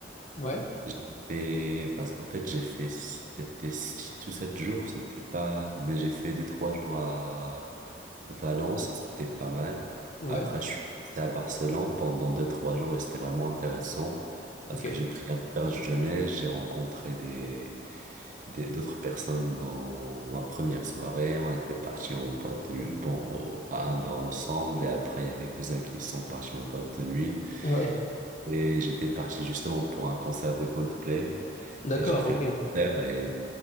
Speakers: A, on the left; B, on the right.
A: Ouais,
B: J'ai fait, parce qu'en fait, j'ai fait, c'était six ou sept jours, c'était pas, mais j'ai fait deux, trois jours à Valence et c'était pas mal.
A: ouais,
B: Après, je suis resté à Barcelone pendant deux, trois jours et c'était vraiment intéressant parce
A: ok.
B: que j'ai pris un auberge jeunesse, j'ai rencontré des, des- d'autres personnes dans ma première soirée. On était partis en boîte de nuit, bon, au- à un bar ensemble. Et après, il y a quelques-uns qui sont partis en boîte de nuit.
A: Ouais,
B: Et j'étais parti justement pour un concert de Coldplay.
A: d'accord,
B: Et j'ai fait
A: ok.
B: le
A: Ouais,
B: concert. Et